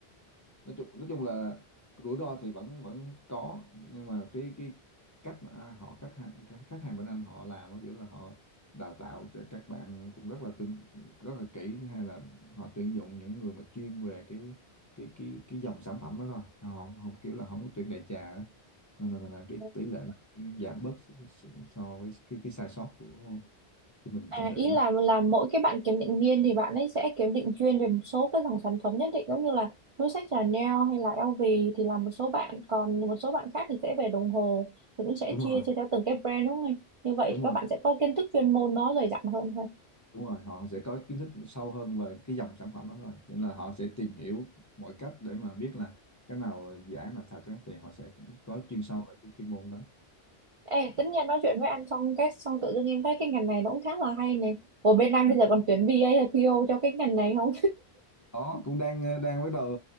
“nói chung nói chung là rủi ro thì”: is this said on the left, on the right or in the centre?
Left